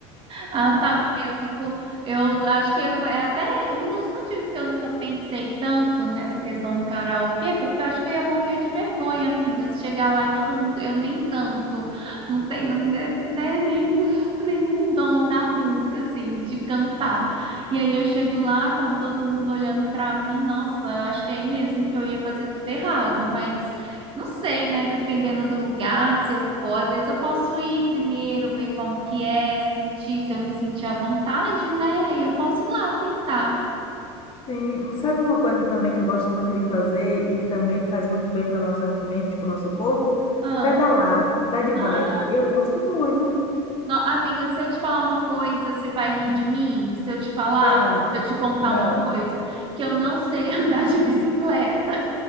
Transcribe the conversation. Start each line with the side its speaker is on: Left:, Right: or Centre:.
Right: Ah, tá. porque Eu fico, eu acho que foi até um dos motivos que eu nunca pensei tanto nessa questão do karaokê, porque eu acho que eu ia morrer de vergonha, amiga. Se Chegar lá e todo mundo, eu nem canto, não tenho né, né, nenhum, <laughs> nenhum dom da música, assim, de cantar. E aí eu chego lá, com todo mundo olhando pra mim, nossa, acho que é aí mesmo que eu ia fazer tudo errado, mas. Não sei, né? Dependendo do lugar, se eu for, às vezes eu posso ir primeiro, ver como que é, sentir, se eu me sentir à vontade, né? Aí eu posso ir lá tentar.
Left: Sim, sabe uma coisa também que eu gosto muito de fazer e também faz muito bem para nossa mente, para o nosso corpo?
Right: Ah,
Left: Pedalar, andar de bike.
Right: ah,
Left: Eu gosto muito.
Right: não, amiga, se eu te falar uma coisa, você vai rir de mim? Se eu te falar,
Left: Não,
Right: se eu te contar
Left: não.
Right: uma coisa, que eu não sei <laughs> andar de bicicleta.